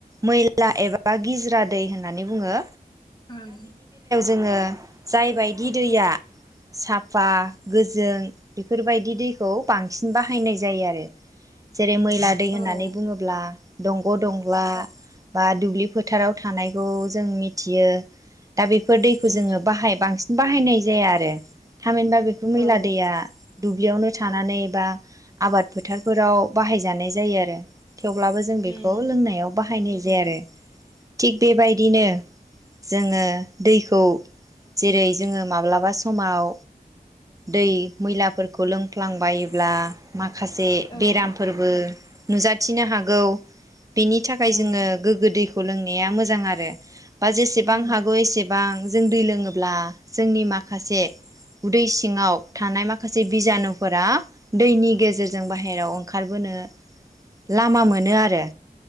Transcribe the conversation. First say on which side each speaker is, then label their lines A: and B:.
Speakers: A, on the right; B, on the left.
A: मैला एबा गिजिरा दै होननानै बुङो।
B: ओं
A: ओंङो जाय बायदि दैया साफा गोजों बेफोरबायदि दैखौ बांसिन बाहायनाय जायो आरो। जेरै मैला दै होननानै
B: औ ओं
A: बुङोब्ला दंग दंला बा दुब्लि फोथाराव थानायखौ जों मिथियो दा बेफोर दैखौ
B: उम
A: जोङो बाहाय बांसिन बाहायनाय जाया आरो थामहिनबा बेखौ मैला
B: औ
A: दैया दुब्लियावनो थानानै बा आबाद फोथारफोराव बाहायजानाय जायो आरो थेवब्लाबो जों बेखौ
B: उम
A: लोंनायाव बाहायनो जायो आरो थिग बेबायदिनो जोङो दैखौ जेरै जोङो माब्लाबा समाव दै मैलाफोरखौ लोंफ्लांबायोब्ला मा खासे
B: औ
A: बेरामफोरबो नुजाथिनो हागौ बेनि थाखाय
B: ओं
A: जोङो गोग्गो दै खौ लोंनाया मोजां आरो बा जेसेबां
B: उम
A: हागौ एसे बां जों दै लोङोब्ला जोंनि माखासे उदै सिङाव थानाय माखासे बिजानुफोरा दैनि गेजेरजों बाहेरायाव ओंखारबोनो लामा मोनो आरो